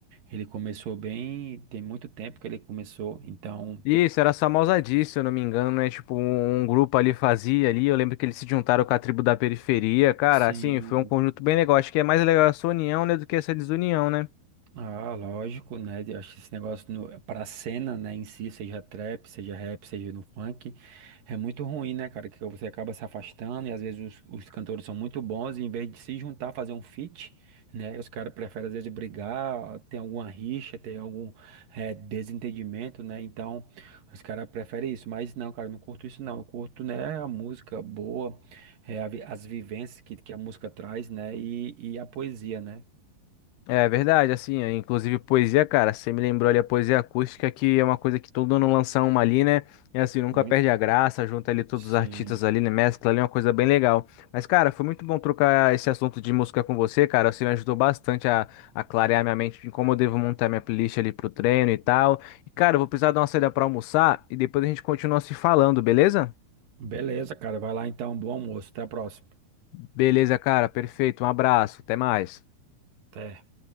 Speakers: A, on the right; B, on the left.
A: ele começou bem, tem muito tempo que ele começou, então,
B: Isso, era só Mausadi, se eu não me engano, né? Tipo, um, um grupo ali fazia ali. Eu lembro que eles se juntaram com a tribo da periferia. Cara,
A: sim.
B: assim, foi um conjunto bem legal. Acho que é mais legal essa união, né, do que essa desunião, né?
A: Ah, lógico, né? Eu acho que esse negócio no, pra cena, né, em si, seja trap, seja rap, seja no funk, é muito ruim, né, cara? Que você acaba se afastando e às vezes os, os cantores são muito bons e em vez de se juntar, fazer um feat, né? Os caras preferem às vezes brigar, ter alguma rixa, ter algum eh, desentendimento, né? Então, os caras preferem isso. Mas não, cara, eu não curto isso, não. Eu curto, né, a música boa, eh, a vi- as vivências que, que a música traz, né? E, e a poesia, né?
B: É verdade, assim, é, inclusive poesia, cara, você me lembrou ali a poesia acústica, que é uma coisa que todo ano lança uma ali, né? E assim, nunca
A: Muito.
B: perde a graça, junta ali todos
A: Sim.
B: os artistas ali, né? Mescla ali, é uma coisa bem legal. Mas, cara, foi muito bom trocar esse assunto de música com você, cara. Você me ajudou bastante a, a clarear minha mente de como eu devo montar minha playlist ali pro treino e tal. E, cara, eu vou precisar dar uma saída pra almoçar e depois a gente continua se falando, beleza?
A: Beleza, cara. Vai lá então. Bom almoço. Até a próxima.
B: Beleza, cara, perfeito. Um abraço, até mais.
A: Até.